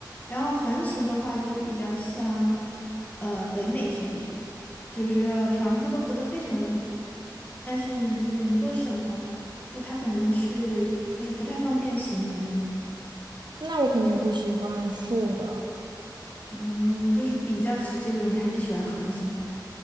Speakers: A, on the left; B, on the right.
A: 然后横行的话，就比较像呃北美这边，就是房子都隔得非常的远，但是你就是你做什么，就它可能是就是不太方便行人的那种。
B: 那我肯定不喜欢竖的。
A: 嗯，就是比较起这种，你还是喜欢横行的。